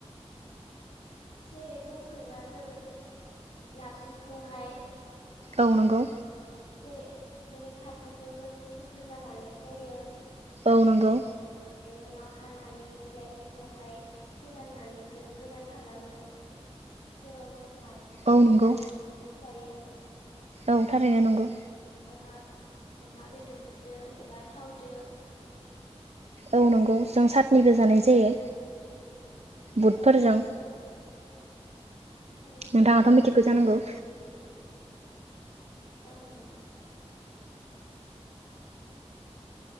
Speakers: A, on the left; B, on the right.
A: जेरै बुंनो थाङोब्ला जों नारजिखौहाय
B: औ नंगौ
A: जे जेरै फाथोखौ जों खुग्रोना लानाय जायो
B: औ
A: आरो
B: नंगौ
A: फाथोफोर फोखांनायनि उनाव हानानै बिलाइफोरखौहाय फोराननानै जों गोरान खालामो जेराव जों नारजिखौ
B: औ नंगौ
A: खारै जायो
B: औ थारैनो नंगौ
A: अमा अमा बेदरदो एबा थावदो
B: औ नंगौ जों सातनिबो जानाय जायो बुटफोरजों
A: औ नंगौ थारैनो थारैनो नंगौ
B: नोंथाङाथ' मिथिखौ जानांगौ
A: औ नंगौ